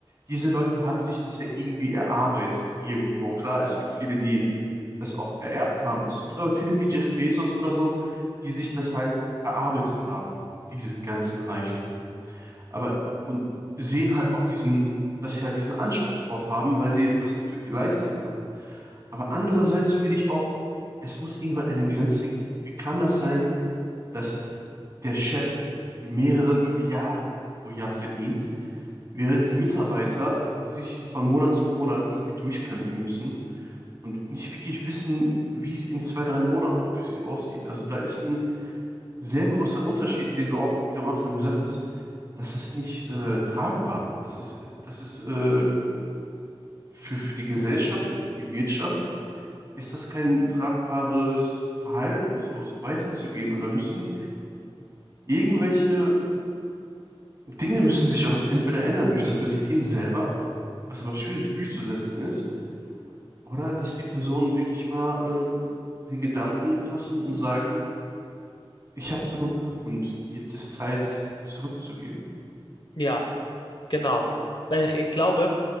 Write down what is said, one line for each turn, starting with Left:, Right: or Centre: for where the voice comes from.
Right: diese Leute haben sich das ja irgendwie erarbeitet irgendwo. Klar, es gibt viele, die das auch ererbt haben. Es gibt aber viele wie Jeff Bezos oder so, die sich das halt erarbeitet haben, diesen ganzen Reichtum. Aber und sehen halt auch diesen, dass sie halt diesen Anspruch drauf haben, weil sie etwas dafür geleistet haben. Aber andererseits finde ich auch, es muss irgendwann eine Grenze geben. Wie kann das sein, dass der Chef mehrere Milliarden pro Jahr verdient, während die Mitarbeiter sich von Monat zu Monat irgendwie durchkämpfen müssen? und nicht wirklich wissen, wie es in zwei, drei Monaten für sich aussieht. Also da ist ein sehr großer Unterschied, den du auch, wie du am Anfang gesagt hast, das ist nicht äh, tragbar. Das ist, das ist ähm, für, für die Gesellschaft und für die Wirtschaft ist das kein tragbares Verhalten, so, so weiterzugehen. Und da müssen irgendwelche Dinge müssen sich auch entweder ändern durch das System selber, was aber schwierig durchzusetzen ist, oder dass die Personen wirklich mal ähm, den Gedanken fassen und sagen, ich habe genug und jetzt ist Zeit zurückzugeben.
Left: ja, genau. Weil ich, ich glaube,